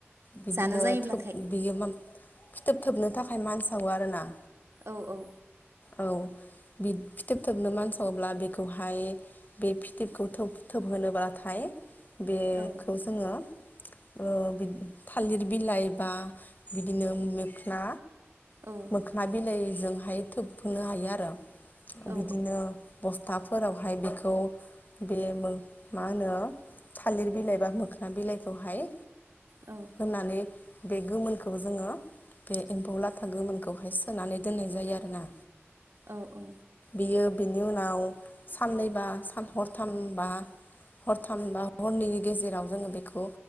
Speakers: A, on the left; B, on the right.
A: बिदिनो
B: जानो जायोब्लाथाय
A: थोब बियो फिथोब थोबनो थाखाय मानसावो आरोना
B: औ औ
A: औ फिथोब थोबनो मानसाब्ला बेखौहाय बे फिथोबखौ थोब थोब होनोब्लाथाय बेखौ
B: औ
A: जोङो ओ थालिर बिलाइ बा बिदिनो मोखना
B: औ
A: मोखना बिलाइजोंहाय थोबहोनो हायो आरो
B: औ
A: बिदिनो बस- थाफोरावहाय बेखौ बे मा होनो थालिर बिलाइ बा मोखोना बिलाइखौहाय
B: औ
A: होनानै बे गोमोनखौ जोङो बे एम्फौ लाथा गोमोनखौहाय सोनानै दोननाय जायो आरोना
B: औ औ
A: बियो बिनि उनाव साननैबा सान हरथामबा हरथाम बा हरनैनि गेजेराव जोङो बेखौ